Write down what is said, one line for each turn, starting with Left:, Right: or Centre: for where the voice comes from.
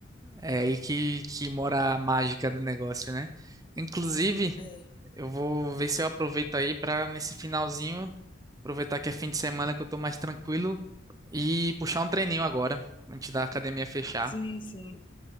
Right: É
Left: É,
Right: aí que, que mora a mágica do negócio, né? Inclusive,
Left: é.
Right: eu vou ver se eu aproveito aí para nesse finalzinho Aproveitar que é fim de semana que eu tô mais tranquilo e puxar um treininho agora, antes da academia fechar,
Left: Sim, sim,